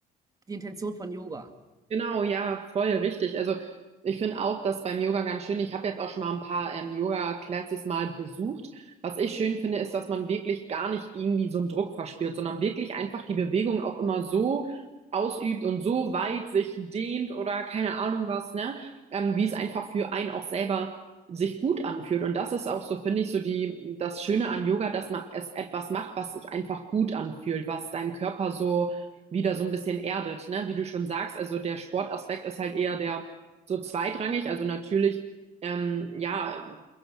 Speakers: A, on the right (about 20°); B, on the right (about 40°).
A: die Intention von Yoga.
B: Genau, ja, voll richtig. Also ich finde auch das beim Yoga ganz schön. Ich habe jetzt auch schon mal ein paar ähm, Yoga-Classes mal besucht. Was ich schön finde, ist, dass man wirklich gar nicht irgendwie so einen Druck verspürt, sondern wirklich einfach die Bewegung auch immer so ausübt und so weit sich dehnt oder keine Ahnung was, ne? Ähm, wie es einfach für einen auch selber sich gut anfühlt. Und das ist auch so, finde ich, so die, das Schöne an Yoga, dass man es etwas macht, was sich einfach gut anfühlt, was deinem Körper so wieder so ein bisschen erdet, ne? Wie du schon sagst, also der Sportaspekt ist halt eher der so zweitrangig. Also natürlich, ähm, ja,